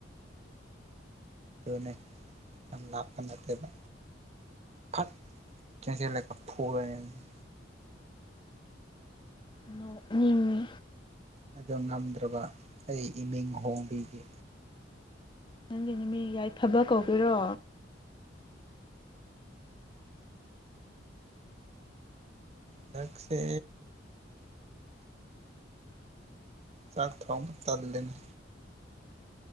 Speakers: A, on the right; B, on the left.
A: ꯑꯗꯨꯅꯦ ꯌꯥꯝ ꯂꯥꯞꯄ ꯅꯠꯇꯦꯕ ꯐꯠ ꯆꯦꯟꯁꯤꯜꯂꯒ ꯐꯨꯔꯅꯤ
B: ꯅꯣꯛꯅꯤꯡꯉꯤ
A: ꯑꯗꯣ ꯉꯝꯗ꯭ꯔꯕ ꯑꯩ ꯏꯃꯤꯡ ꯍꯣꯡꯕꯤꯒꯦ
B: ꯅꯪꯒꯤ ꯅꯨꯃꯤ ꯌꯥꯏꯐꯕ ꯀꯧꯗꯣꯏꯔꯣ
A: ꯗꯥꯛꯁꯦ ꯆꯥꯛ ꯊꯣꯡꯕ ꯇꯜꯂꯦꯅꯦ